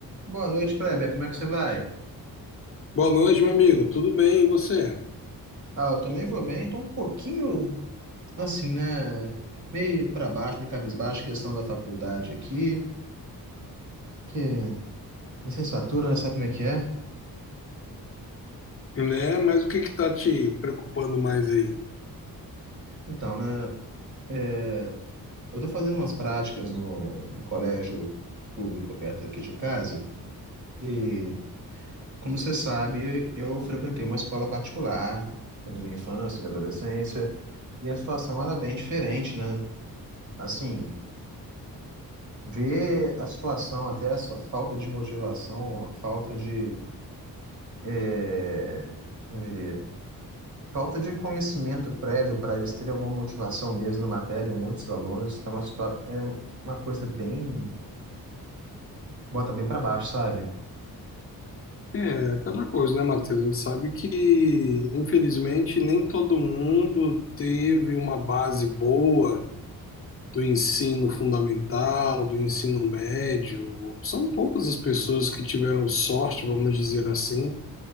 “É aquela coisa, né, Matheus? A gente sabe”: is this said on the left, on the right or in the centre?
Left